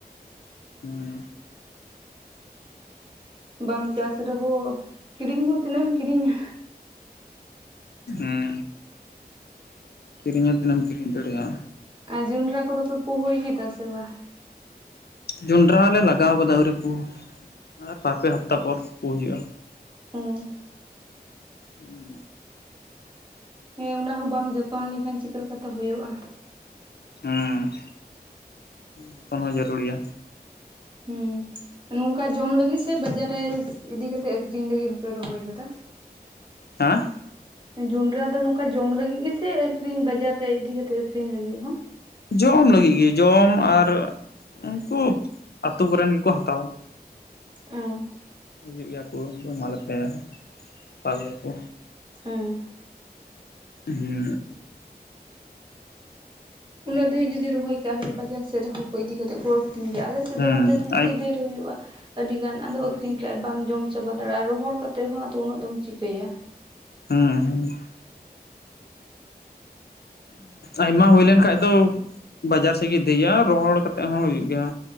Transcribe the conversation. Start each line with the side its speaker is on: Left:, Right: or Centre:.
Left: ᱦᱩᱸ
Right: ᱵᱟᱢ ᱪᱟᱥ ᱨᱮᱦᱳ ᱠᱤᱨᱤᱧ ᱦᱚᱸ ᱛᱤᱱᱟᱹᱜ ᱮᱢ ᱠᱤᱨᱤᱧᱟᱻᱦᱟ᱾
Left: ᱩᱸ ᱠᱤᱨᱤᱧ ᱦᱚ ᱛᱤᱱᱟᱹᱢ ᱠᱤᱨᱤᱧ ᱫᱟᱲᱮᱭᱟᱜᱼᱟ᱾
Right: ᱟ ᱡᱚᱸᱰᱽᱨᱟ ᱠᱚᱫᱚ ᱯᱮ ᱯᱩ ᱦᱩᱭ ᱠᱮᱫᱟ ᱥᱮ ᱵᱟᱝ?
Left: ᱡᱚᱸᱰᱽᱨᱟ ᱞᱮ ᱞᱟᱜᱟᱣ ᱠᱟᱫᱟ ᱟᱹᱣᱨᱤ ᱯᱩ, ᱟᱨ ᱵᱟᱨ ᱯᱮ ᱦᱟᱯᱛᱟ ᱯᱚᱨ ᱯᱳ ᱦᱩᱭᱩᱜᱼᱟ᱾
Right: ᱩᱸ
Left: ᱩᱸᱢ
Right: ᱦᱮᱸ ᱚᱱᱟ ᱦᱚᱸ ᱵᱟᱢ ᱡᱚᱛᱚᱱ ᱞᱮᱠᱷᱟᱱ ᱪᱤᱠᱟᱹ ᱞᱮᱠᱟᱛᱮ ᱦᱩᱭᱩᱜᱼᱟ᱾
Left: ᱦᱩᱸ ᱡᱚᱛᱚᱱ ᱦᱚᱸ ᱡᱟᱹᱨᱩᱲ ᱭᱟ
Right: ᱦᱩᱸ ᱱᱚᱝᱠᱟ ᱡᱚᱢ ᱞᱟᱹᱜᱤᱫ ᱥᱮ ᱵᱟᱡᱟᱨ ᱨᱮ ᱤᱫᱤ ᱠᱟᱛᱮ ᱟᱹᱠᱷᱨᱤᱧ ᱞᱟᱹᱜᱤᱫ ᱦᱚᱸ ᱯᱮ ᱨᱚᱦᱚᱭ ᱠᱟᱫᱟ
Left: ᱦᱮᱸᱦ <unintelligible>
Right: ᱡᱚᱸᱰᱽᱨᱟ ᱫᱚ ᱱᱚᱝᱠᱟ ᱡᱚᱢ ᱞᱟᱹᱜᱤᱫ ᱜᱮ ᱥᱮ ᱟᱹᱠᱷᱨᱤᱧ ᱵᱟᱡᱟᱨ ᱨᱮ ᱤᱫᱤ ᱠᱟᱛᱮᱜ ᱟᱹᱠᱷᱨᱤᱧ ᱞᱟᱹᱜᱤᱫ ᱦᱚᱸ
Left: ᱡᱚᱢ ᱞᱟᱹᱜᱤᱜ ᱜᱮ ᱡᱚᱢ ᱟᱨ ᱩᱱᱠᱩ ᱟᱛᱳ ᱠᱚᱨᱮᱱ ᱜᱮᱠᱚ ᱦᱟᱛᱟᱣᱟ
Right: ᱚᱦ
Left: ᱦᱤᱡᱩᱜ ᱜᱮᱭᱟ ᱠᱚ ᱮᱢᱟ ᱞᱮᱯᱮ ᱦᱟᱛᱟᱣ ᱜᱮᱭᱟ ᱠᱚ
Right: ᱩᱸ
Left: ᱦᱩᱸ
Right: ᱩᱱᱟᱹᱜ ᱰᱷᱮᱨ ᱡᱩᱫᱤ ᱨᱚᱦᱚᱭ ᱠᱟᱜ ᱦᱩᱭᱩᱜᱼᱟ ᱵᱟᱡᱟᱨ ᱥᱮᱫ ᱨᱮ ᱦᱚᱸ ᱦᱚᱲ ᱠᱚ ᱤᱫᱤ ᱠᱟᱛᱮ ᱠᱚ ᱟᱹᱠᱷᱨᱤᱧ ᱜᱮᱭᱟ, ᱟᱞᱮ ᱥᱮᱫ
Left: ᱦᱩᱸ
Right: ᱫᱚ ᱱᱚᱛᱮ ᱫᱚ ᱡᱩᱫᱤ
Left: ᱟᱡ
Right: ᱫᱷᱮᱨ ᱫᱚ ᱦᱩᱭᱩᱜᱼᱟ ᱟᱹᱰᱤ ᱜᱟᱱ ᱟᱫᱚ
Left: ᱦᱩᱸ
Right: ᱟᱹᱠᱷᱨᱤᱧ ᱠᱟᱜᱼᱟ ᱵᱟᱢ ᱡᱚᱢ ᱪᱟᱵᱟ ᱫᱟᱲᱮᱜᱼᱟ ᱨᱚᱦᱚᱲ ᱠᱟᱛᱮᱫ ᱦᱚᱸ ᱟᱫᱚ ᱩᱱᱟᱹᱜ ᱫᱚᱢ ᱪᱤᱠᱟᱹᱭᱟ
Left: ᱦᱩᱸ ᱩᱸ ᱟᱭᱢᱟ ᱦᱩᱭᱞᱮᱱ ᱠᱷᱟᱡ ᱫᱚ ᱵᱟᱡᱟᱨ ᱥᱮᱫ ᱜᱮ ᱤᱫᱤᱭᱟ ᱨᱚᱦᱚᱲ ᱠᱟᱛᱮᱜ ᱦᱚᱸ ᱦᱩᱭᱩᱜ ᱜᱮᱭᱟ